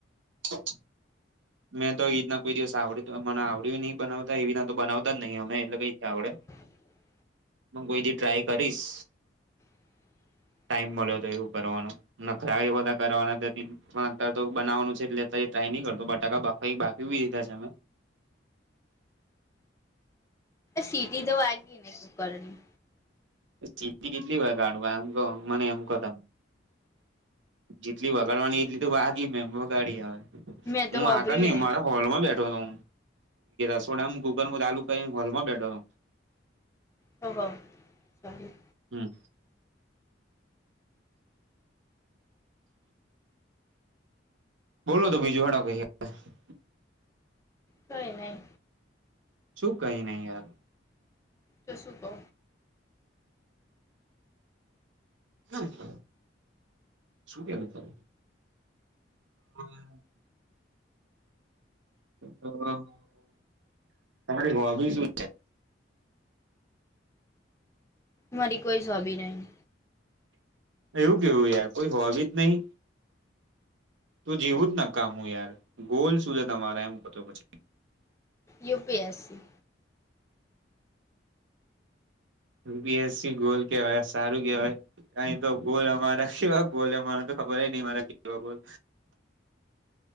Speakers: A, on the right; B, on the left.
A: <inaudible> મેં તો એ રીતના કોઈ દિવસ આવડયુ મને આવડ્યું નહી બનાવતા એવીના તો બનાવતા જ નહીં અમે એટલે કઈથી આવડે
B: <inaudible>
A: હું કોઈ દી ટ્રાય કરીશ
B: <inaudible>
A: ટાઈમ મળ્યો તો એવું કરવાનો નખરા એ બધા કરવાના અત તો બનાવાનું છે એટલે અત્યારે ટ્રાય નહી કરતો બટ બટાકા બાફી બી દીધા છે અમે
B: સીટી તો વાગી ને કુકરની
A: સીટી કેટલી હોય કાઢવા એમ મને એમ કો તો જેટલી વગાડવાની એટલી તો વાગી મે વગાડી હવે
B: મેં તો
A: હું
B: હોભર્યું
A: આગળ નઈ
B: નહી
A: મારા હોલ માં બેઠોનો રસોડામ ગુગલમાં ચાલુ કરી હોલ માં બેઠો હું
B: શું કો સારું
A: હમ્મ. બોલો તો બીજુ હેડો ભઈ હા <inaudible>
B: કઈ નહી
A: શું કઈ નહી યાર
B: તો શું કઉ
A: ન કઉ શું કેઉ તું બોલ ને <unintelligible> તારી હોબી શું
B: મારી કોઈ હોબી નહી
A: એવું કેવું યાર કોઈ હોવી જ નહી. તું જીવું જ ના કામ હું યાર ગોલ શું છે તમારે એમ કોતો પછી
B: UPSC
A: UPSC goal કેવાય સારું કેવાય કાહીં તો ગોલ અમારા કેવાય ગોલ અમારા તો ખબર નહું મારા કેવા ગોલ